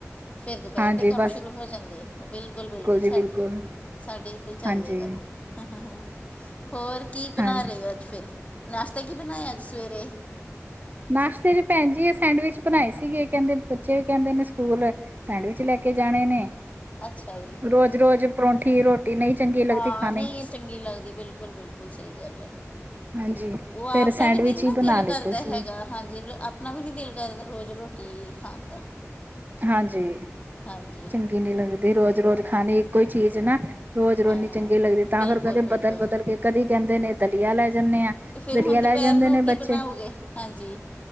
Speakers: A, on the left; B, on the right.
A: ਫੇਰ ਦੁਪਹਿਰ
B: ਹਾਂਜੀ
A: ਦੇ ਕੰਮ
B: ਬਸ
A: ਸ਼ੁਰੂ ਹੋ ਜਾਂਦੇ ਆ ਬਿਲਕੁਲ ਬਿਲਕੁਲ
B: ਜੀ
A: ਸਾਡੇ
B: ਬਿਲਕੁਲ
A: ਸਾਡੇ ਤੇ ਏ ਚੱਲਦੇ
B: ਹਾਂਜੀ
A: ਕੰਮ ਹਾ ਹਾ ਹਾ ਹੋਰ ਕੀ ਬਨਾ
B: ਹਾਂਜੀ
A: ਰਹੇ ਹੋ ਅੱਜ ਫੇਰ ਨਾਸ਼ਤਾ ਕੀ ਬਨਾਇਆ ਅੱਜ ਸਵੇਰੇ
B: ਨਾਸ਼ਤੇ ਚ ਭੈਨ ਜੀ ਇਹ ਸੈਂਡਵਿਚ ਬਨਾ ਹੇ ਸੀਗੇ ਕਹਿੰਦੇ ਬੱਚੇ ਵੀ ਕਹਿੰਦੇ ਨੇ ਸਕੂਲ ਸੈਂਡਵਿਚ ਲੈ ਕੇ ਜਾਣੇ ਨੇ
A: ਅੱਛਾ ਜੀ
B: ਰੋਜ਼ ਰੋਜ਼ ਪਰੌਂਠੀ ਰੋਟੀ ਨਹੀਂ ਚੰਗੀ ਲੱਗਦੀ
A: ਹਾਂ
B: ਖਾਣੀ
A: ਨਹੀਂ ਚੰਗੀ ਲੱਗਦੀ ਬਿਲਕੁਲ ਬਿਲਕੁਲ ਸਹੀ ਗੱਲ ਹੈ
B: ਹਾਂਜੀ।
A: ਉਹ ਆਪ
B: ਫੇਰ ਸੈਂਡਵਿਚ
A: ਦਾ ਵੀ ਨੀ ਨਾ
B: ਹੀ ਬਣਾ
A: ਦਿਲ
B: ਲਿੱਤੇ
A: ਕਰਦਾ
B: ਸੀ
A: ਹੈਗਾ, ਹਾਂਜੀ ਆ ਅਪਨਾ ਵੀ ਨਹੀਂ ਦਿਲ ਕਰਦਾ ਰੋਜ਼ ਰੋਟੀ ਖਾਨ ਦਾ।
B: ਹਾਂਜੀ।
A: ਹਾਂਜੀ
B: ਚੰਗੀ ਨੀ ਲੱਗਦੀ ਰੋਜ਼-ਰੋਜ਼ ਖਾਣੀ ਇੱਕੋ ਹੀ ਚੀਜ਼ ਨਾ, ਰੋਜ਼
A: ਹਾਂ
B: ਰੋਜ਼ ਚੰਗੀ ਲੱਗਦ ਤਾਂ
A: ਬਿਲਕੁਲ
B: ਫੇਰ ਕਦੇ
A: ਬਿਲਕੁਲ
B: ਬਦਲ-ਬਦਲ ਕੇ, ਕਦੀ ਕਹਿੰਦੇ ਨੇ ਦਲੀਆ ਲੈ ਜਾਨੇ ਆ,
A: ਤੇ ਫਿਰ
B: ਦਲੀਆ
A: ਹੁਣ ਦੁਪਹਿਰ
B: ਲੈ ਜਾਂਦੇ
A: ਨੂੰ
B: ਨੇ
A: ਕੀ
B: ਬੱਚੇ।
A: ਬਣਾਓਗੇ ਹਾਂਜੀ।